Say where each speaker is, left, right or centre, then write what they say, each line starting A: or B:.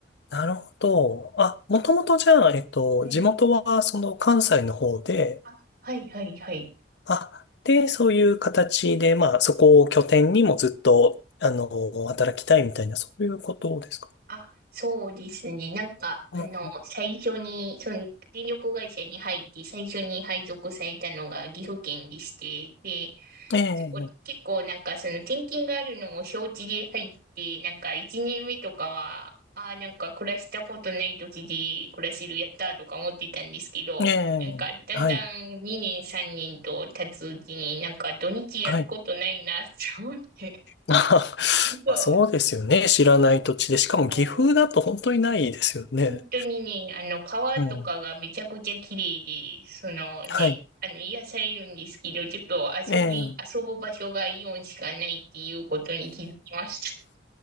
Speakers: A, on the left; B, on the right.
A: なるほど。あ、もともとじゃあ、えっと、
B: はい。
A: 地元はその関西の方で、
B: あ、はい、はい、はい。
A: あ、で、そういう形で、まあ、そこを拠点にもずっと、あの、働きたいみたいな、そういうことですか。
B: あ、そうですね。なんか、あの、
A: うんうん
B: 最初に、その、電力会社に入って、最初に配属されたのが岐阜県でして、で、
A: ええ、
B: そこ、結構なんか、その、転勤があるのも承知で入って、なんか、1年目とかは、ああ、なんか、暮らしたことない土地で暮らせる、やったーとか思ってたんですけど、
A: ええ、
B: なんか、だんだん2年、
A: はい、
B: 3年と経つうちに、なんか、土日やることないな、
A: はい。
B: って思って、
A: <laughs> ま
B: <laughs> そう、
A: あ、そうですよね。知らない土地で。しかも岐阜だと本当にないですよね。
B: そう。本当にね、あの、川とかがめちゃくちゃ綺麗で、
A: うん。
B: そのね、
A: はい。
B: あの、癒されるんですけど、ちょっと遊び、
A: ええ、
B: 遊ぶ場所がイオンしかないっていうことに気づきました。